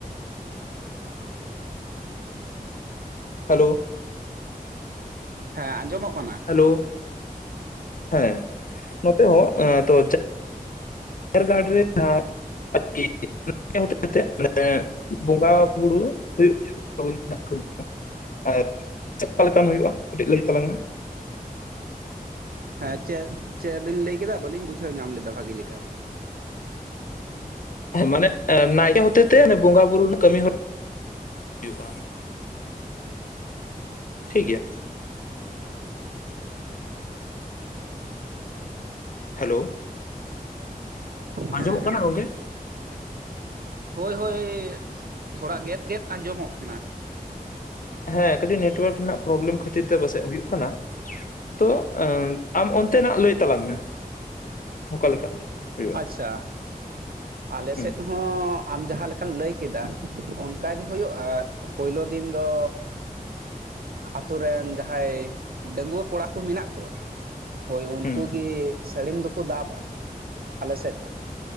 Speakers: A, on the left (about 60°); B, on the right (about 75°).
A: ᱦᱮᱞᱳ᱾
B: ᱦᱮᱸ ᱟᱸᱡᱚᱢᱚᱜ ᱠᱟᱱᱟ
A: ᱦᱮᱞᱳ ᱦᱮᱸ ᱱᱚᱛᱮ ᱦᱚᱸ ᱮᱸ ᱛᱚ ᱡᱟᱦᱮᱟᱨ ᱜᱟᱨᱲ ᱨᱮ ᱟᱨᱠᱤ <unintelligible> ᱦᱚᱛᱮᱛᱮ ᱢᱟᱱᱮ ᱵᱚᱸᱜᱟ ᱵᱩᱨᱩ ᱦᱩᱭᱩᱜ ᱜᱮᱭᱟ᱾ <unintelligible> ᱟᱨ ᱪᱮᱫᱠᱟ ᱞᱮᱠᱟᱱ ᱦᱩᱭᱩᱜᱼᱟ ᱠᱟᱹᱴᱤᱡ ᱞᱟᱹᱭ ᱛᱟᱞᱟᱝ ᱢᱮ?
B: ᱦᱮᱸ ᱪᱮᱫ ᱪᱮᱫ ᱵᱤᱱ ᱞᱟᱹᱭ ᱠᱮᱫᱟ? ᱵᱟᱹᱞᱤᱧ ᱵᱩᱡᱷᱟᱹᱣ ᱧᱟᱢ ᱞᱮᱫᱟ ᱵᱷᱟᱜᱤ ᱞᱮᱠᱟ᱾
A: ᱦᱮᱸ ᱢᱟᱱᱮ ᱱᱟᱭᱠᱮ ᱦᱚᱛᱮ ᱛᱮ ᱵᱚᱸᱜᱟ ᱵᱩᱨᱩ ᱠᱟᱹᱢᱤ ᱦᱚᱨᱟ ᱦᱩᱭᱩᱜᱼᱟ᱾ ᱴᱷᱤᱠ ᱜᱮᱭᱟ᱾ ᱦᱮᱞᱳ ᱾ ᱟᱸᱡᱚᱢᱚᱜ
B: ᱦᱮᱸ
A: ᱠᱟᱱᱟ ᱜᱚᱝᱠᱮ?
B: ᱦᱚᱭ ᱦᱚᱭ ᱛᱷᱚᱲᱟ ᱜᱮᱫ ᱜᱮᱫ ᱟᱸᱡᱚᱢᱚᱜ ᱠᱟᱱᱟ ᱾
A: ᱦᱮᱸ ᱠᱟᱹᱴᱤᱡ ᱱᱮᱴᱳᱣᱟᱨᱠ ᱨᱮᱭᱟᱜ ᱯᱨᱚᱵᱞᱮᱢ ᱠᱷᱟᱹᱛᱤᱨ ᱛᱮ ᱯᱟᱥᱮᱡ ᱦᱩᱭᱩᱜ ᱠᱟᱱᱟ᱾ ᱛᱚ ᱟᱢ ᱚᱱᱛᱮᱱᱟᱜ ᱞᱟᱹᱭ ᱛᱟᱞᱟᱝ ᱢᱮ ᱚᱠᱟᱞᱮᱠᱟ? ᱦᱩᱭᱩᱜᱼᱟ
B: ᱟᱪᱪᱷᱟ, ᱟᱞ
A: ᱦᱩᱸ
B: ᱥᱮᱫ ᱦᱚᱸ ᱟᱢ ᱡᱟᱦᱟᱸ ᱞᱮᱠᱟᱢ ᱞᱟᱹᱭ ᱠᱮᱫᱟ ᱚᱱᱠᱟ ᱜᱮ ᱦᱩᱭᱩᱜᱼᱟ ᱾ ᱯᱩᱭᱭᱞᱳ ᱫᱤᱱ ᱫᱚ ᱟᱛᱳ ᱨᱮᱱ ᱡᱟᱦᱟᱸᱭ ᱰᱟᱺᱟᱹᱜᱩᱣᱟᱹ ᱠᱚᱲᱟ ᱠᱚ ᱢᱮᱱᱟᱜ ᱠᱚᱣᱟ ᱾ ᱦᱳᱭ ᱩᱱᱠᱩ
A: ᱦᱩᱸ
B: ᱜᱮ ᱥᱟᱹᱲᱤᱢ ᱫᱚᱠᱚ ᱫᱟᱵᱟ, ᱟᱞᱮ ᱥᱮᱫ ᱫᱚ᱾